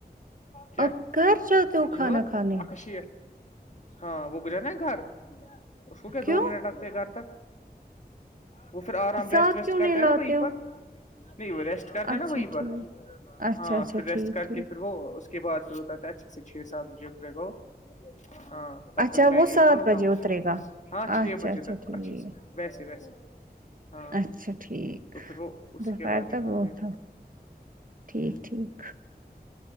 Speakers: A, on the left; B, on the right.
A: کیا
B: اب گھر جاتے ہو
A: یہو
B: کھانا کھانے
A: ات شیھ <unintelligible> ہاں وہ گزر نا گھر اس کو کیا
B: کیوں
A: دو منٹ لگتے ہیں گھر تک وہ پھر آرام
B: ساتھ
A: ریسٹ ویسٹ
B: کیوں
A: کرتے
B: نہیں
A: ہیں
B: لاتے
A: نا وہیں
B: ہو
A: پر نہیں وہ ریسٹ کرتا
B: اچھا
A: نا وہیں
B: ٹھیک
A: پر
B: اچھا
A: ہاں
B: اچھا
A: پھر
B: ٹھیک
A: ریسٹ کر
B: ٹھیک
A: کے وہ اس کے بعد پھر ات اچھے سے چھ سات بجے اترے گا ہاں تب
B: اچھا
A: تک میں
B: وہ
A: یہی
B: سات
A: پر ہوتا
B: بجے
A: ہوں
B: اترے گا
A: ہاں چھ
B: اچھا
A: بجے
B: اچھا
A: تک
B: ٹھیک
A: اچھے سے ویسے ویسے ہاں
B: اچھا ٹھیک
A: تو پھر وہ اس
B: دوپہر
A: کے بعد ہی
B: تک
A: ہاں
B: وہ تھا ٹھیک